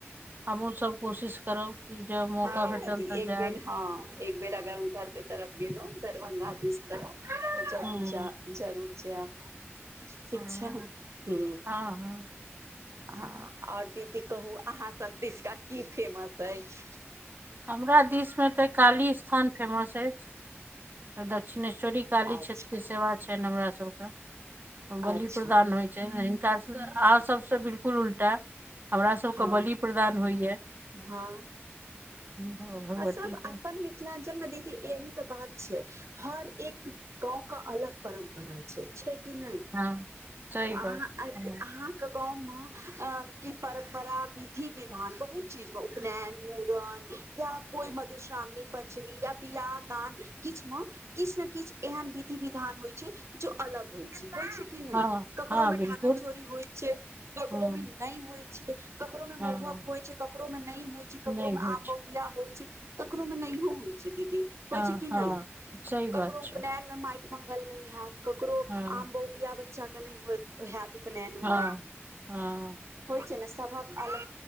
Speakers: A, on the right; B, on the right.
A: हमहुँ सब कोशिश करब कि जब मौका
B: हँ
A: भेटल
B: दादी
A: तऽ
B: एक
A: जाय
B: बेर हँ एक बेर अगर उधरके तरफ गेलो दरभंगा दिस तऽ जरूर
A: हँ
B: जा जरूर छै आब ठीक
A: हँ
B: छै हू
A: हँ हँ
B: ह आओर दीदी कहू अहाँ सब दिशका की फेमस अइछ
A: हमरा दिस मे तऽ काली स्थान फेमस अछि दक्षिणे श्वरी काली
B: अच्छा
A: क्षेत्र के सेवा छनि हमरा सब के बलि
B: अच्छा
A: प्रदान होय छै ने हिनका अहाँ सभसँ बिलकुल उल्टा हमरा सभके
B: हँ
A: बलि प्रदान होइयै
B: हँ
A: भगवतीके
B: आ सब अपन मिथिलांचल मे दीदी यही तऽ बात छै हर एक गाँंव क अलग परम्परा छै छै कि नहि
A: हँ सही बात
B: अहाँ <unintelligible>
A: हँ
B: अहाँ गाँव मे अ कि परम्परा विधि विधान बहुत चीज मे उपनयन मुड़न या कोई मधुश्रावणी पंचमी या बियाह दान किछु मे किछु ने किछु एहन विधि विधान होइ छै जो अलग होइ छै होइ छै कि नहि
A: हँ
B: ककरो
A: हँ
B: मे
A: बिल्कुल
B: ढाकन चोरी होइत छै ककरो
A: हँ
B: मे नहि होइ छै ककरों महुहक
A: हँ
B: होइ छै ककरो में न होइ छै
A: नहि
B: केकरो में
A: होइ
B: आम
A: छै
B: महु होइ छै ककरो मे नहियो होइ छै दीदी होइ
A: हँ
B: छै कि
A: हँ
B: नहि
A: सही बात
B: ककरो
A: छै
B: उपनयन माटि मंगल नहि हैत ककरो
A: हँ
B: आम बो बिया बच्चा के नहि होत वएह उपनयन
A: हँ
B: मे
A: हँ
B: होइ छै ने सभक अग